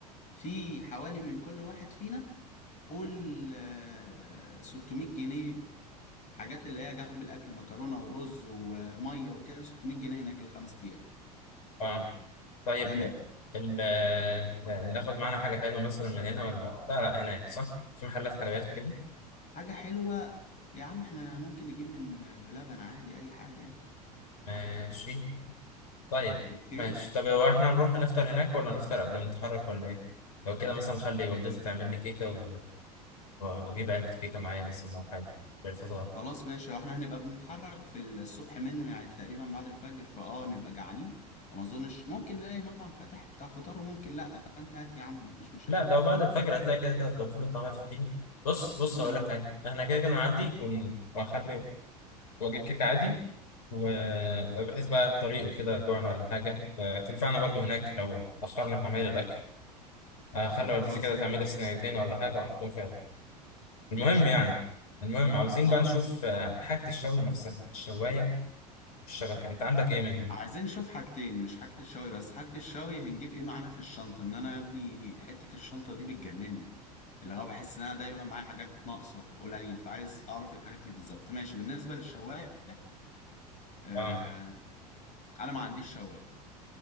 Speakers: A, on the left; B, on the left.
A: في حوالي من كل واحد فينا قول آه، 600 جنيه حاجات اللي هي جنب الأكل مكرونة ورز ومية وكده 600 جنيه هناك الخمس أيام
B: اه طيب
A: تمام
B: ال- آه، ناخد معانا حاجة حلوة مثلا من هنا ولا لا لا هناك صح؟ في محلات حلويات وكده
A: حاجة حلوة يا عم احنا ممكن نجيب من بلبن عادي أي حاجة يعني.
B: ماشي طيب
A: اوكي
B: ماشي طب هو احنا نروح نفطر هناك ولا نفطر قبل ما نتحرك ولا ايه؟ لو كده مثلا خلي والدتي تعمل لي كيكة و- واجيب علبة كيكة معايا بس ولا حاجة للفطار
A: خلاص ماشي احنا هنبقى بنتحرك في الصبح منه يعني تقريبا بعد الفجر فاه نبقى جعانين وما اظنش ممكن نلاقي مطعم فاتح بتاع فطار وممكن لا فانت هات يا عم مفيش مشاكل
B: لا لو بعد الفجر هتلاقي كده كده كان فول وطعمية فاتحين بص بص
A: زي
B: هقول
A: الفل
B: لك حاجة احنا كده كده نعدي ون- وهخلي واجيب كيكة عادي وبحيث بقى الطريق وكده جوعنا ولا حاجة آه، تنفعنا برضو هناك لو أخرنا في عمايل الأكل آه، خلي
A: طب خلاص
B: والدتي كده
A: زي
B: تعمل
A: الفل
B: صينيتين ولا حاجة وأحطهم فيها المهم
A: ماشي اتفقنا
B: يعني المهم عاوزين
A: اه
B: بقى نشوف آه، حاجة الشوي نفسها الشواية والشبكة أنت عندك إيه منهم؟
A: عايزين نشوف حاجتين مش حاجة الشوي بس حاجة الشوي هنجيب ايه معانا في الشنطة ان انا يا ابني حتة الشنطة دي بتجنني اللي هو بحس ان انا دايما معايا حاجات ناقصة قليل فعايز اعرف الحاجات اللي بالظبط ماشي بالنسبة للشواية آه
B: آه
A: انا ما عنديش شواية